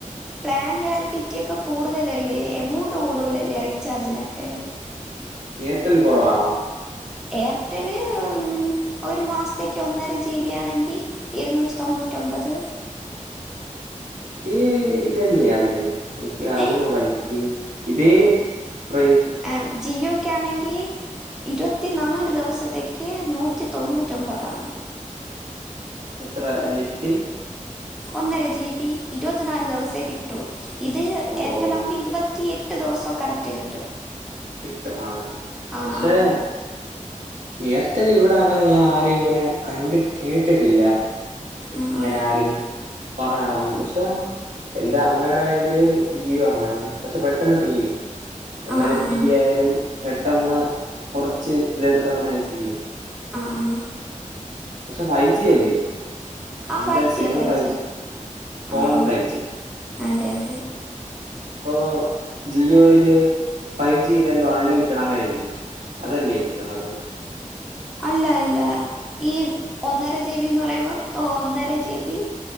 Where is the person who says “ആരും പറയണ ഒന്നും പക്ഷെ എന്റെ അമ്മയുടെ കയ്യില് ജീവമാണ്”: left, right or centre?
Right